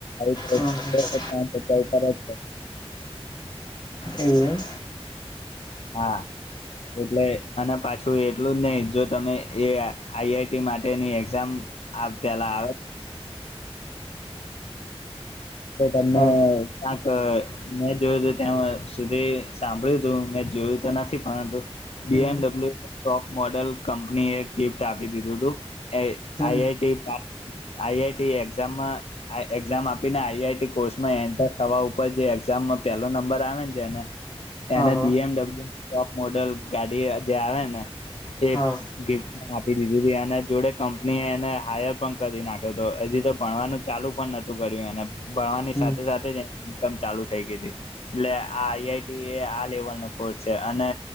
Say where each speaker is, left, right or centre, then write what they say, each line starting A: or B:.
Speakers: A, on the left (about 75°); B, on the left (about 45°).
A: અરે
B: હા
A: ઉપ
B: હા એયા
A: હા એટલે અને પાછું એટલું જ નહિ જો તમે એ આઈઆઈટી માટેની એક્ઝામ તલા આવે તો તમને
B: હા
A: ક્યાક મેં જોયું તું ત્યાં સુધી સાંભળ્યું તું મે જોયું તો નથી પણું બીએમડબલ્યુ
B: હમ હમ
A: ટોપ મોડલ કંપનીએ એક ગિફ્ટ આપી દીધું હતું એ
B: હમ
A: આઈઆઈટી આઈઆઈટી એક્ઝામમાં એક્ઝામ આપીને આઈઆઈટી કોર્સમાં એન્ટર થવા ઉપર જે એક્ઝામમાં પહેલો નંબર આવે ને છે ને એને
B: હા હા
A: બીએમડબલ્ય ટોપ મોડલ ગાડી જે આવે ને એ
B: હા
A: ગિફ્ટ આપી દીધું અને જોડે કંપની એને હાયર પણ કરી નાખ્યો હતો એ રતે ભણવાનું ચાલુ પણ નતું કર્યું એને ભણવાની
B: હમ
A: સાથે સાથે જ ઇન્કમ ચાલુ થઈ ગઈ હતી એટલે આ આઈઆઈટી એ આ લેવલ ન કોર્સ છે અને